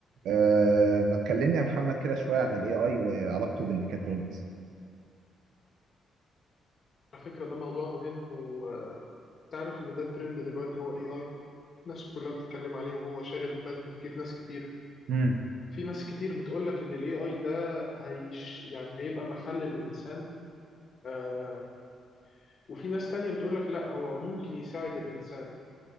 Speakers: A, on the right (about 80°); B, on the left (about 50°).
A: أه ما تكلمني يا محمد كده شوية عن ال AI وعلاقته بالميكاترونكس
B: على فكرة ده موضوع مهم وتعرف إن ده الترند دلوقتي هو ال AI الناس كلها بتتكلم عليه وهو شاغل بال تفكير ناس كتير
A: امم
B: في ناس كتير بتقولك إن ال AI ده هيش يعني هيبقى محل الإنسان آه وفي ناس تانية بتقولك لا هو ممكن يساعد الإنسان